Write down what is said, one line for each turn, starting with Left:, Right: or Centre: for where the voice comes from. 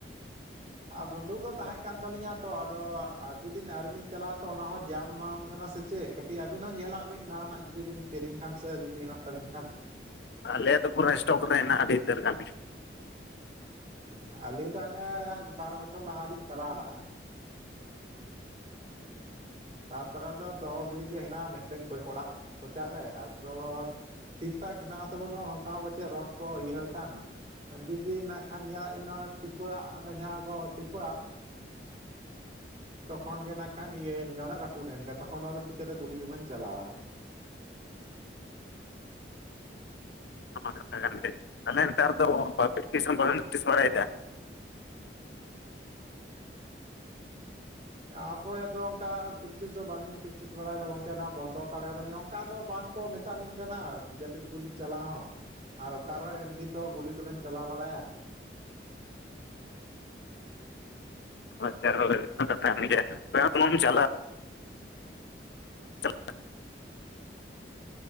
Right: ᱟ ᱵᱚᱱᱫᱷᱩᱠ ᱫᱚ ᱛᱟᱦᱮᱸ ᱠᱟᱱ ᱛᱟᱞᱤᱧᱟ ᱛᱚ ᱟᱫᱚ ᱟᱰᱤ ᱫᱤᱱ ᱟᱣᱨᱤ ᱞᱤᱧ ᱪᱟᱞᱟᱣᱟ ᱛᱚ ᱚᱱᱟ ᱦᱚᱸ ᱡᱟᱢ ᱢᱟᱢ ᱠᱟᱱᱟ ᱥᱮ ᱪᱮᱫ? ᱴᱤ ᱟᱵᱤᱱ ᱦᱚᱸ ᱧᱮᱞᱟᱜ ᱵᱤᱱ ᱱᱟᱣᱟᱱᱟᱜ ᱡᱩᱫᱤ ᱵᱤᱱ ᱠᱤᱨᱤᱧ ᱠᱷᱟᱱ ᱥᱮ ᱡᱩᱫᱤ ᱦᱮᱱᱟᱜ ᱛᱟᱵᱤᱱ ᱠᱷᱟᱱᱼᱼ
Left: ᱟᱞᱮ ᱫᱚ ᱯᱩᱨᱟᱹ ᱥᱴᱚᱠᱨᱮ ᱦᱮᱱᱟᱜᱼᱟ ᱟᱰᱤ ᱩᱛᱟᱹᱨ ᱜᱟᱱ᱾
Right: ᱮᱸ ᱟᱞᱤᱧ ᱫᱚ ᱦᱟᱱᱮ ᱵᱟᱨ ᱵᱚᱪᱷᱚᱨ ᱞᱟᱦᱟ ᱞᱤᱧ ᱪᱟᱞᱟᱣ ᱞᱟᱜᱼᱟ᱾ ᱛᱟᱯᱚᱨᱮ ᱫᱚ ᱫᱚᱦᱚ ᱜᱤᱲᱤ ᱜᱮ ᱦᱮᱱᱟᱜᱼᱟ᱾ ᱢᱤᱫᱴᱮᱱ ᱚᱲᱟᱜ ᱠᱚᱪᱟᱨᱮ ᱟᱫᱚ ᱴᱷᱤᱠ ᱴᱷᱟᱠ ᱦᱮᱱᱟᱜ ᱟᱥᱮ ᱵᱟᱹᱱᱩᱜᱼᱟ ᱚᱝᱠᱟ ᱦᱚᱸ ᱯᱟᱪᱷᱮ ᱨᱚᱰ ᱠᱚ ᱤᱭᱟᱹ ᱠᱟᱱ᱾ ᱡᱩᱫᱤ ᱱᱟᱜ ᱠᱷᱟᱱ ᱧᱮᱞᱟᱜ ᱵᱤᱱ ᱚᱱᱟ ᱴᱤᱯᱟᱹᱟᱜ ᱚᱱᱮ ᱡᱟᱦᱟᱸ ᱠᱚ ᱴᱤᱯᱟᱣᱟ, ᱛᱚᱠᱷᱚᱱ ᱜᱮ ᱱᱟᱜ ᱠᱷᱟᱱ ᱤᱭᱟᱹᱭᱮᱱ ᱜᱮ ᱚᱱᱟ ᱨᱟᱹᱯᱩᱫ ᱮᱱᱜᱮ ᱛᱚᱠᱷᱚᱱ ᱜᱮ ᱟᱫᱚ ᱪᱤᱠᱟᱹᱛᱮ ᱜᱩᱞᱤ ᱫᱚᱵᱮᱱ ᱪᱟᱞᱟᱣᱟ᱾
Left: ᱚᱱᱟᱢᱟ ᱠᱟᱛᱷᱟ ᱠᱟᱱ ᱜᱮ ᱛᱟᱞᱦᱮ ᱱᱮᱛᱟᱨ ᱫᱚ <inaudible> ᱵᱟᱲᱟᱭ ᱫᱟ
Right: ᱛᱟᱯᱚᱨᱮ ᱟᱫᱚ ᱚᱱᱠᱟ ᱯᱮᱠᱴᱤᱥ ᱫᱚ ᱵᱟᱞᱤᱧ ᱯᱮᱠᱴᱤᱥ ᱵᱟᱲᱟᱭᱫᱟ ᱜᱚᱝᱠᱮ ᱱᱚᱣᱟ ᱵᱚᱱᱫᱚ ᱦᱟᱛᱟᱲ ᱠᱟᱫᱟᱞᱤᱧ ᱚᱱᱠᱟ ᱫᱚ ᱵᱟᱝ ᱠᱚ ᱢᱮᱛᱟ ᱞᱤᱧ ᱠᱟᱱᱟ ᱡᱟᱹᱯᱤᱫ ᱜᱩᱞᱤ ᱪᱟᱞᱟᱣ ᱦᱚᱸ᱾ ᱟᱨ ᱚᱠᱟᱨᱮ ᱮᱢᱱᱤ ᱫᱚ ᱜᱩᱞᱤ ᱫᱚᱵᱮᱱ ᱪᱟᱞᱟᱣ ᱵᱟᱲᱟᱭᱟ᱾
Left: ᱟᱪᱪᱷᱟ ᱦᱳᱭ ᱚᱱᱟ ᱠᱟᱛᱷᱟ ᱠᱟᱱ ᱜᱮ ᱪᱟᱞᱟᱜ <inaudible>